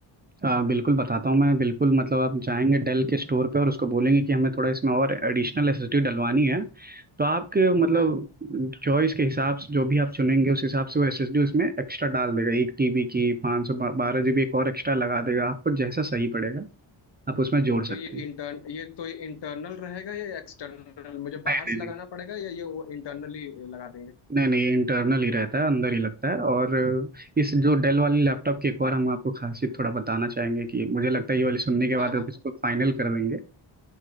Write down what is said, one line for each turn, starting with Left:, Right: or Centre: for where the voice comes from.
Right: आ, बिल्कुल बताता हूँ मैं बिल्कुल मतलब आप जाएंगे डेल के स्टोर पे और उसको बोलेंगे कि हमें थोड़ा इसमें और एडिशनल एसएसडी डलवानी है तो आपके मतलब
Left: हाँ,
Right: चॉइस के हिसाब से जो भी आप चुनेंगे उस हिसाब से वो एसएसडी उसमें एक्स्ट्रा डाल देगा एक टीबी की पाँच सौ बारह जीबी एक और एक्स्ट्रा लगा देगा आपको जैसा सही पड़ेगा आप उसमें जोड़ सकते
Left: तो ये
Right: हैं
Left: इंटर्न ये तो ये इंटरनल रहेगा या एक्सटर्नल मुझे
Right: नहीं
Left: बाहर
Right: नहीं
Left: से लगाना
Right: नहीं
Left: पड़ेगा या ये वो इंटरनली लगा देंगे
Right: नहीं नहीं ये इंटरनल ही रहता है अंदर ही लगता है और इस जो डेल वाली लैपटॉप की एक और हम आपको खासियत थोड़ा बताना चाहेंगे कि मुझे लगता है ये वाली सुनने के बाद
Left: हाँ हाँ
Right: आप इसको
Left: हाँ
Right: फाइनल कर देंगे